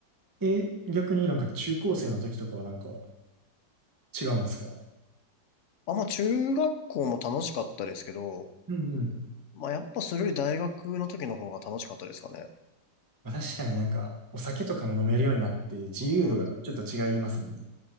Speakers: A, on the right; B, on the left.
A: え、逆になんか中高生の時とかはなんか違うんですか
B: あ、まあ、中学校も楽しかったですけど、
A: うんうん。
B: まあ、やっぱそれより大学の時の方が楽しかったですかね。
A: まあ、確かになんかお酒とかも飲めるようになって自由度がちょっと違いますもんね。
B: うん、